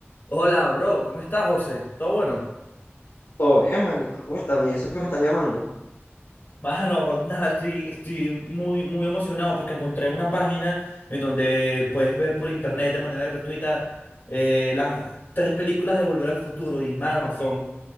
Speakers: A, on the left; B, on the left.
A: Hola, bro, ¿cómo estás, José? ¿Todo bueno?
B: Todo bien, manito. Cuéntame, ¿eso que me estás llamando?
A: Mano, nada, estoy, estoy muy, muy emocionado porque encontré una página en donde puedes ver por internet de manera gratuita eh, las tres películas de Volver al Futuro y, mano, son